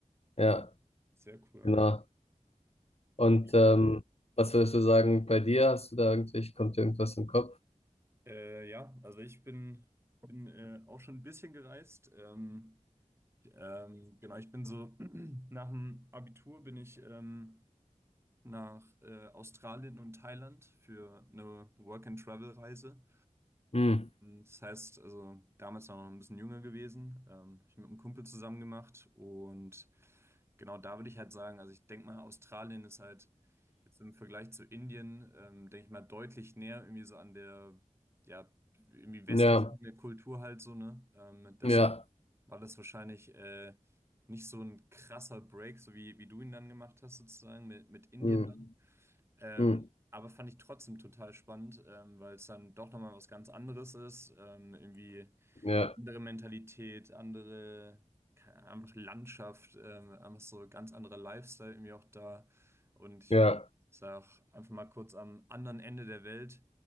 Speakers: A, on the left; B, on the right.
A: ja,
B: Sehr cool.
A: genau. Und
B: Nicht
A: ähm, was würdest du sagen bei dir? Hast du da irgendwelche, kommt dir irgendwas im Kopf?
B: Äh, ja, also ich bin, bin äh, auch schon ein bisschen gereist. Ähm, ähm, genau, ich bin so <clears throat> nach dem Abitur bin ich ähm, nach äh, Australien und Thailand für eine Work-and-Travel-Reise.
A: Hm,
B: Und Das heißt, also damals war ich noch ein bisschen jünger gewesen, ähm, hab ich hab mit einem Kumpel zusammen gemacht und genau da würde ich halt sagen, also ich denke mal, Australien ist halt jetzt im Vergleich zu Indien, ähm, denke ich mal, deutlich näher irgendwie so an der, ja, irgendwie westlichen
A: ja,
B: Kultur halt so, ne? Ähm, deshalb
A: ja,
B: war das wahrscheinlich äh, nicht so ein krasser Break, so wie, wie du ihn dann gemacht hast sozusagen mit, mit Indien
A: hm,
B: dann. Ähm,
A: hm,
B: aber fand ich trotzdem total spannend, ähm, weil es dann doch nochmal was ganz anderes ist. Ähm, irgendwie
A: ja,
B: andere Mentalität, andere, keine Ahnung, einfach Landschaft, ähm, einfach so ganz anderer Lifestyle irgendwie auch da. Und ich
A: ja,
B: meine, ich sag einfach mal kurz am anderen Ende der Welt.